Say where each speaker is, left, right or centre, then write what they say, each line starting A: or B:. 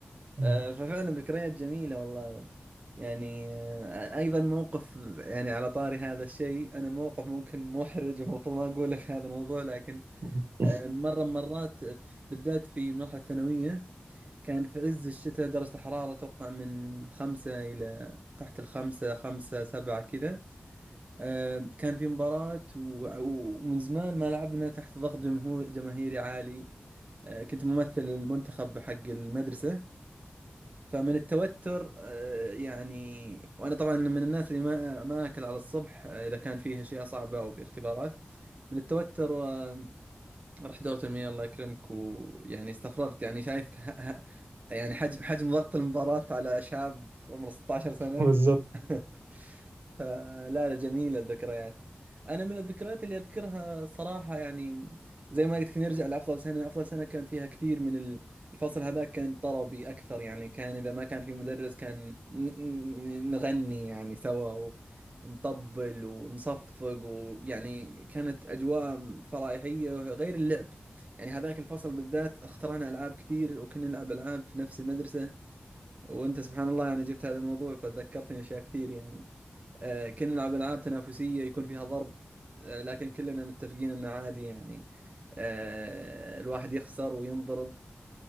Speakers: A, on the right (about 75°); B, on the right (about 40°).
A: مم.
B: آه، ففعلا ذكريات جميلة والله يعني آه، أيضا موقف يعني على طاري هذا الشيء أنا موقف ممكن محرج ومفروض ما أقوله في هذا الموضوع لكن
A: <laughs>
B: آه، مرة من مرات في- بالذات في مرحلة الثانوية كان في عز الشتاء درجة الحرارة توقع من خمسة إلى تحت الخمسة خمسة سبعة كذا آه، كان في مباراة و- ومن زمان ما لعبنا تحت ضغط جمهور جماهيري عالي آه، كنت ممثل المنتخب حق المدرسة فمن التوتر آه، يعني وانا طبعا من الناس اللي ما ما اكل على الصبح آه، اذا كان فيه اشياء صعبه او في اختبارات من التوتر آه، رحت دورة المياه الله يكرمك ويعني استفرغت يعني شايف ه... ه... يعني حجم حجم ضغط المباراة على شاب عمره 16 سنة
A: بالظبط
B: <laughs> فلا لا جميلة الذكريات أنا من الذكريات اللي أذكرها صراحة يعني زي ما قلت لك نرجع لأفضل سنة أفضل سنة كان فيها كثير من ال- الفصل هذا كان طربي أكثر يعني كان إذا ما كان في مدرس كان ن- ن- نغني يعني سوا نطبل ونصفق ويعني كانت أجواء فرايحية غير اللعب يعني هذاك الفصل بالذات اخترعنا ألعاب كثير وكنا نلعب ألعاب في نفس المدرسة وأنت سبحان الله يعني جبت هذا الموضوع فذكرتني أشياء كثير يعني آه، كنا نلعب ألعاب تنافسية يكون فيها ضرب آه، لكن كلنا متفقين أنه عادي يعني آه، الواحد يخسر وينضرب